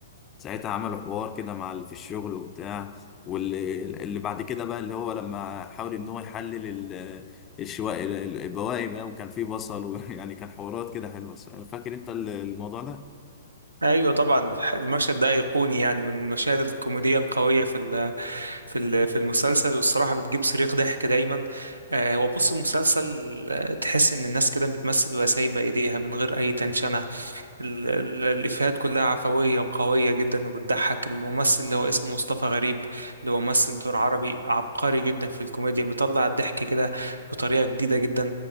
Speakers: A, on the left; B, on the right.
A: ساعتها عملوا حوار كده مع ال- في الشغل وبتاع واللي اللي بعد كده بقى اللي هو لما حاول ان هو يحلل ال- الشواء ال- البواقي بقى وكان فيه بصل ويعني <laughs> كان حوارات كده حلوة فاكر انت ال- الموضوع ده؟
B: ايوه طبعا المشهد ده ايقوني يعني من المشاهد الكوميديه القويه في ال في ال في المسلسل والصراحه بتجيب صريخ ضحك دايما آه هو بص المسلسل آه، تحس ان الناس كده بتمثل وهي سايبه ايديها من غير اي تنشنه ال- ال- الإفيهات كلها عفوية وقوية جدا وبتضحك الممثل اللي هو اسمه مصطفى غريب اللي هو ممثل دور عربي عبقري جدا في الكوميديا بيطلع الضحك كده بطريقة جديدة جدا